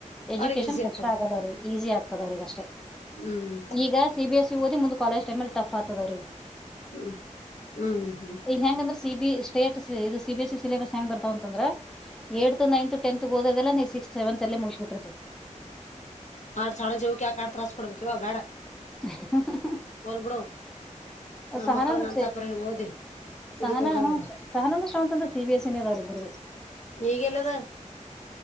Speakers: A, in the centre; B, on the left (about 65°).
A: ಎಜುಕೇಶನ್
B: ಅವ್ರಿಗೆ ಈಸಿ
A: ಕಷ್ಟ
B: ಆತದ
A: ಆಗಲ್ಲ ಅವ್ರಿಗೆ ಈಸಿ ಆಗ್ತದ ಅವ್ರಿಗೆ ಅಷ್ಟೇ
B: ಹ್ಮ್
A: ಈಗ ಸಿ ಬಿ ಎಸ್ ಸಿ ಓದಿ ಮುಂದ್ ಕಾಲೇಜ್ ಟೈಮಲ್ಲಿ ಟಫ್ ಆಗ್ತದವ್ರಿ
B: ಹ್ಮ್ ಹ್ಮ್ ಹ್ಮ್
A: ಇಲ್ ಸಿ ಸ್ಟೇಟ್ ಇದು ಸಿ ಬಿ ಎಸ್ ಸಿಲೆಬಸ್ ಹೆಂಗ ಬರ್ತಾವ ಅಂದ್ರೆ ಏ ನೈನ್ತ್ ಟೆಂತ್ ಹೋದದೆಲ್ಲ ಸಿಕ್ಸ್ ಸೆವೆನ್ ಅಲ್ಲೇ ಮುಗಿಸ್ಬಿಟಿ
B: ಹಾರ ಶಳೆ ಜವಕ್ಕೆ ಆ ಕಾರಾ ತ್ರಾಸ ಕೊಡಬೇಕ ಕವ ಬ್ಯಾಡ
A: <unintelligible>
B: ಹೊಲ್ಬಿಡು ನಮ್ಮ
A: ಸಹನಂದ
B: ಮಕ್ಳ ಏನ್ ಅಂತಪುರ ಓದಿ
A: ಸಹನ
B: ಇದಕ್ ಹೋಗದದ
A: ಹ ಸಹನಂದಷ್ಟ ಅಂತಂದ್ರೆ ಸಿ ಬಿ ಎಸ್ ಸಿಿನ ಅದಾವ್ರ ಇಬ್ಬ್ರದು
B: ಈಗೆಲ್ಲದ